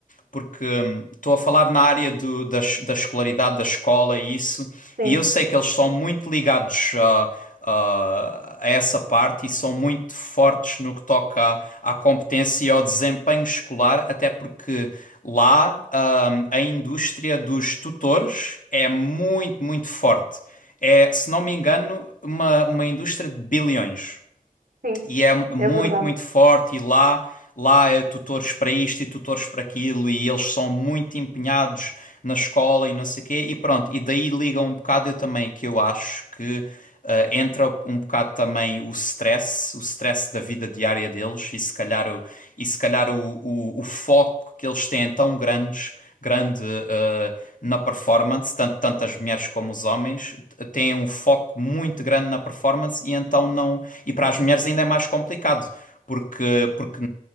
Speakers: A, on the left; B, on the right.
A: porque hum, estou a falar na área do- da, es- da escolaridade, da escola e isso,
B: Sim,
A: e eu sei que eles são muito ligados ah, ah, a essa parte e são muito fortes no que toca à, à competência e ao desempenho escolar, até porque lá hum, a indústria dos tutores é muito, muito forte. É, se não me engano, uma, uma indústria de bilhões
B: sim,
A: e é muito,
B: é verdade.
A: muito forte e lá lá é tutores para isto e tutores para aquilo e eles são muito empenhados na escola e não sei o quê e pronto, e daí liga um bocado eu também que eu acho que eh, entra um bocado também o stress, o stress da vida diária deles e se calhar o, e se calhar o, o, o foco que eles têm é tão grandes grande eh, na performance, tanto, tanto as mulheres como os homens t- têm um foco muito grande na performance e então não. E para as mulheres ainda é mais complicado. Porque, porque